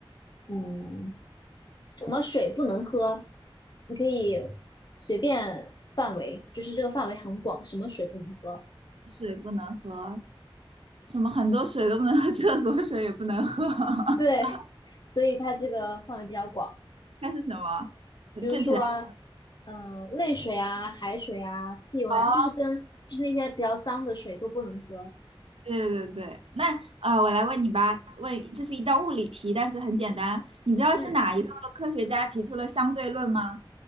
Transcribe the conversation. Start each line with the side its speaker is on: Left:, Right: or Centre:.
Left: 嗯，什么水不能喝？你可以随便范围，就是这个范围很广，什么水不能喝？
Right: 水不能喝，什么很多水都不能喝，<laughs> 厕所水也不能喝。<laughs>
Left: 对，所以它这个范围比较广。
Right: 它是什么？正正确答案。
Left: 比如说，呃，泪水啊、海水啊、汽油啊，
Right: 哦，
Left: 就是跟就是那些比较脏的水都不能喝。
Right: 对对对。那呃，我来问你吧，问这是一道物理题，但是很简单。你知道是哪一个科学家提出了相对论吗？
Left: 嗯